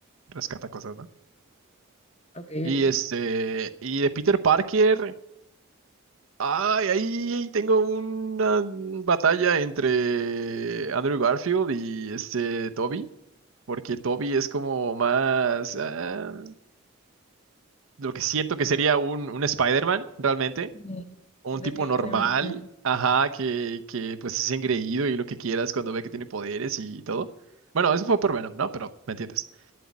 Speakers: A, on the right; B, on the left.
A: rescata cosas, ¿no?
B: Ok,
A: Y
B: ok.
A: este, y de Peter Parker. Ay, ahí, ahí tengo una batalla entre Andrew Garfield y este Toby, porque Toby es como más ah, lo que siento que sería un, un Spider-Man realmente,
B: Sí,
A: un
B: definitivamente.
A: tipo normal, ajá, que, que pues es engreído y lo que quieras cuando ve que tiene poderes y todo. Bueno, eso fue por Venom, ¿no? Pero me entiendes.